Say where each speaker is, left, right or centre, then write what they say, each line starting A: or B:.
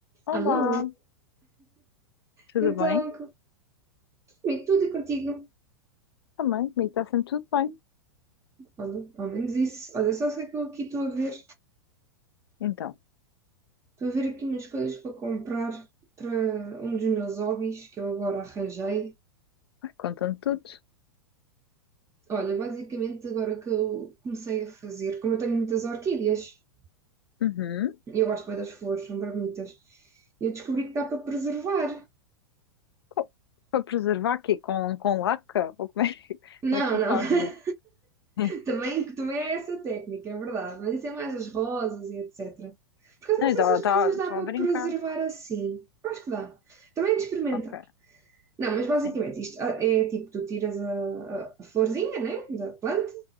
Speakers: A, on the left; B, on the right.
A: Olá,
B: Alô?
A: tudo
B: Então,
A: bem?
B: comigo tudo e contigo.
A: Também, comigo está sempre tudo bem.
B: Olha, pelo menos isso. Olha, só sei que eu aqui estou a ver.
A: Então,
B: Estou a ver aqui umas coisas para comprar para um dos meus hobbies que eu agora arranjei.
A: ai, conta-me tudo.
B: Olha, basicamente agora que eu comecei a fazer, como eu tenho muitas orquídeas,
A: Uhum.
B: e eu gosto bem das flores, são bem bonitas, eu descobri que dá para preservar.
A: Co- Para preservar aqui com, com laca? Ou como é, que- <laughs>
B: Não,
A: como é que tu
B: não.
A: fazes
B: <laughs>
A: isso? <laughs>
B: Também, também é essa técnica, é verdade. Mas isso é mais as rosas e etc. Porque eu não
A: Não,
B: sei
A: estava
B: se
A: estava-
B: as rosas dá
A: estava
B: para
A: a brincar.
B: preservar assim. Eu acho que dá. Também é de experimentar.
A: Ok,
B: Não, mas basicamente
A: sim,
B: isto ah, é tipo, tu tiras a, a- a florzinha, né, da planta,